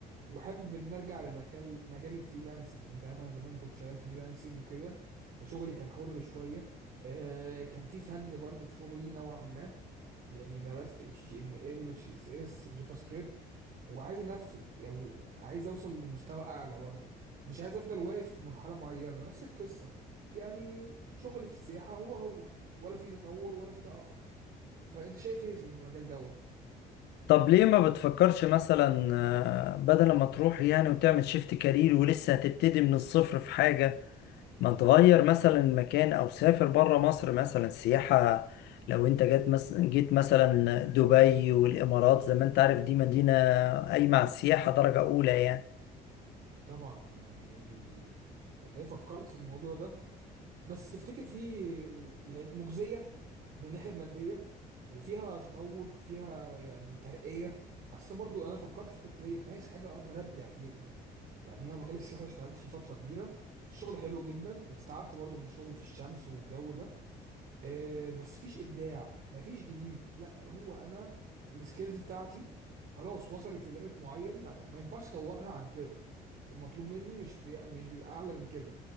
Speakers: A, on the right (about 55°); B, on the left (about 80°).
A: وحابب ان ارجع لمجال مجال الفريلانسنج انت عارف انا زمان كنت شغال فريلانسنج وكده فشغلي كان حر شوية آه، كان في فن برضو في شغلي نوعا ما يعني درست HTML و CSS وجافا سكريبت وعايز انفذ يعني عايز اوصل لمستوى اعلى برضه مش عايز افضل واقف في مرحلة معينة نفس القصة يعني شغلي في السياحة هو هو ولا في تطور ولا في تأخر فانت شايف ايه في المجال دوت
B: طب ليه ما بتفكرش مثلا آه، بدل ما تروح يعني وتعمل شيفت كارير ولسه هتبتدي من الصفر في حاجه ما انت غير مثلا مكان او سافر بره مصر مثلا سياحة لو انت جيت مثلا جيت مثلا دبي والامارات زي ما انت عارف دي مدينة قايمة على السياحة درجة اولى يعني
A: طبعا يعني والله فكرت في الموضوع ده بس تفتكر في يعني مجزية من الناحية المادية وفيها تطور فيها يعني ترقية أصل برضو أنا فكرت في الحتة ديت أنا عايز حاجة أقدر أبدع فيها يعني أنا مجال السياحة اللي اشتغلت فيه فترة كبيرة الشغل حلو جدا بس تعبت برضو من الشغل في الشمس والجو ده أه بس مفيش إبداع مفيش جديد لا هو أنا السكيلز بتاعتي خلاص وصلت لليميت معين ما, ما ينفعش أطورها عن كده المطلوب مني مش بي... مش بيبقى اعلى من كده